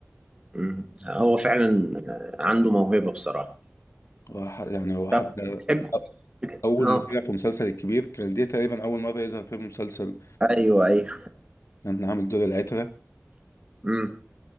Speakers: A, on the right; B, on the left.
A: مم. هو فعلا عنده موهبة بصراحة
B: هو ح- يعني هو حتى
A: طب تحب بتحب-
B: اول
A: اه
B: ما طلع في مسلسل الكبير كان دي تقريبا اول مرة يظهر في مسلسل
A: ايوه ايوه
B: كان عامل دور العترة
A: امم